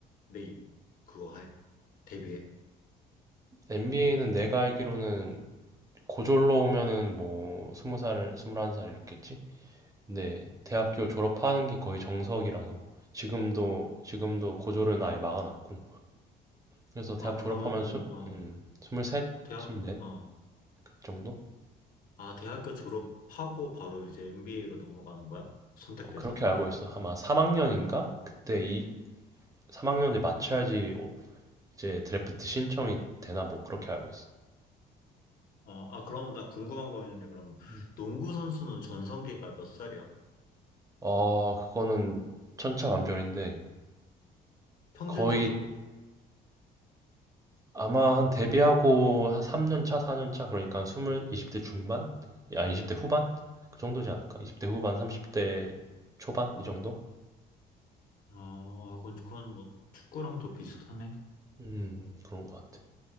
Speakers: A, on the left (about 55°); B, on the right (about 20°).
A: 내 입, 그거 해? 데뷔해?
B: NBA는 내가 알기로는 고졸로 오면은 뭐 스무 살 스물한 살 이렇겠지 근데 대학교 졸업하는 게 거의 정석이라서 지금도 지금도 고졸은 아예 막아놨고 그래서 대학
A: 아,
B: 졸업하면
A: 그러면은,
B: 스,
A: 어,
B: 음, 스물셋
A: 대학,
B: 스물넷
A: 어,
B: 그 정도
A: 아, 대학교 졸업하고 바로 이제 m b a 로 넘어가는 거야? 선택돼서?
B: 어, 그렇게 알고 있어. 아마 3학년인가? 그때 이 3학년에 맞춰야지 오- 이제 드래프트 신청이 되나 뭐 그렇게 알고 있어.
A: 어, 아, 그럼 나 궁금한 거 있는데, 그러면
B: 음.
A: 농구 선수는 전성기가 몇 살이야?
B: 어, 그거는 천차만별인데
A: 평균적으로.
B: 거의 아마 한 데뷔하고 한 3년 차, 4년 차 그러니까 한 20, 20대 중반? 아, 20대 후반? 그 정도지 않을까? 20대 후반, 30대 초반 이 정도?
A: 어, 아, 그건, 그건 뭐 축구랑 또 비슷하네.
B: 음, 그런 것 같아.